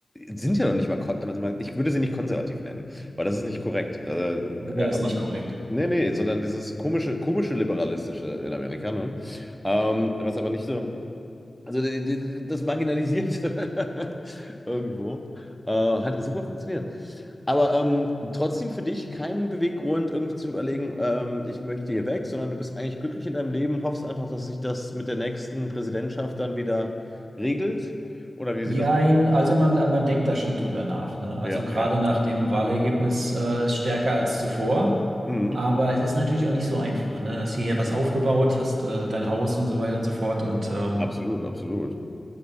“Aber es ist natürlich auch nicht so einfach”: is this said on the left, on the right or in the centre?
Right